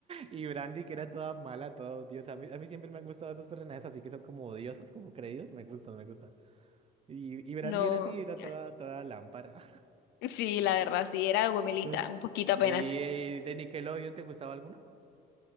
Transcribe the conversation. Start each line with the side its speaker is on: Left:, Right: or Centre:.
Right: y Brandy, que era toda mala, toda odiosa. A mí, a mí siempre me han gustado esos personajes así que son como odiosos, como creídos. Me gustan, me gustan. Y, y Brandy
Left: No,
Right: era así, era
Left: <laughs>
Right: toda, toda lámpara.
Left: sí, la verdad, sí, era Gomelita,
Right: <laughs>
Left: un poquito apenas.
Right: ¿Y eh, de Nickelodeon te gustaba alguno?